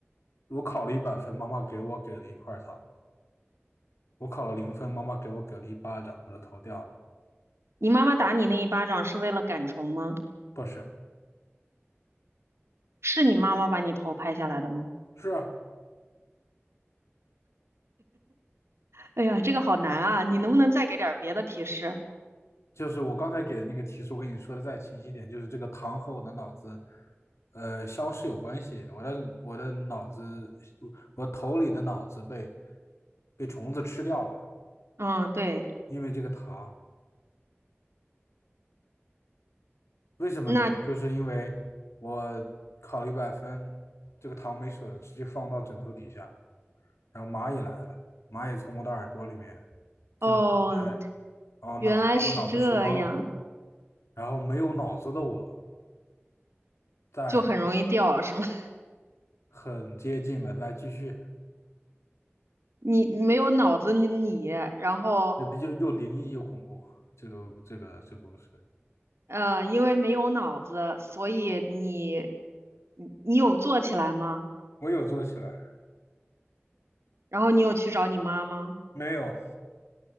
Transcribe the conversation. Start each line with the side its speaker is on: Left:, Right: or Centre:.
Left: 我考了一百分，妈妈给我给了一块糖；我考了零分，妈妈给我给了一巴掌，我的头掉了。
Right: 你妈妈打你那一巴掌是为了赶虫吗？
Left: 不是，
Right: 是你妈妈把你头拍下来的吗？
Left: 是啊
Right: 哎呀，这个好难啊！你能不能再给点儿别的提示？
Left: 就是我刚才给的那个提示，我跟你说的再清晰一点，就是这个糖和我的脑子，呃，消失有关系。我的我的脑子，我头里的脑子被被虫子吃掉了，
Right: 嗯，对，
Left: 因为这个糖。为什么呢？
Right: 那
Left: 就是因为我考了一百分，这个糖没舍得吃，就放到枕头底下。然后蚂蚁来了，蚂蚁从我的耳朵里面进了脑袋，
Right: 哦，
Left: 然后脑把我脑子吃光了。
Right: 原来是这样，
Left: 然后没有脑子的我，再
Right: 就很容易掉，是吗？<laughs>
Left: 很接近了，来继续。
Right: 你你没有脑子，你你然后
Left: 就比较又灵异又恐怖。这个这个这个故事，
Right: 呃，因为没有脑子，所以你你你有做起来吗？
Left: 我有做起来，
Right: 然后你有去找你妈吗？
Left: 没有，